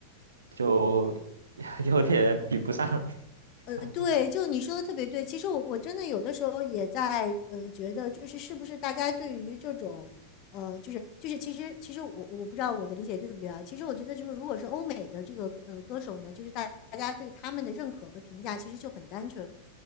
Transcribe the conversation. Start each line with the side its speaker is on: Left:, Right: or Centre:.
Right: 就 <laughs> 有点比不上，
Left: 呃，
Right: 差不多。
Left: 对，就你说的特别对。其实我我真的有的时候也在呃觉得，就是是不是大家对于这种呃，就是就是其实其实我我不知道我的理解对不对啊。其实我觉得就是如果是欧美的这个呃歌手呢，就是大大家对他们的认可和评价其实就很单纯，